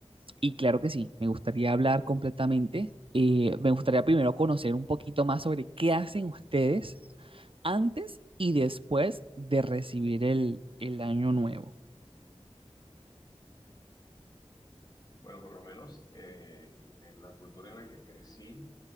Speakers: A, on the right; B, on the left.
A: Y claro que sí, me gustaría hablar completamente. eh, me gustaría primero conocer un poquito más sobre qué hacen ustedes antes y después de recibir el, el año nuevo.
B: Bueno, por lo menos eh, en la cultura en la que crecí,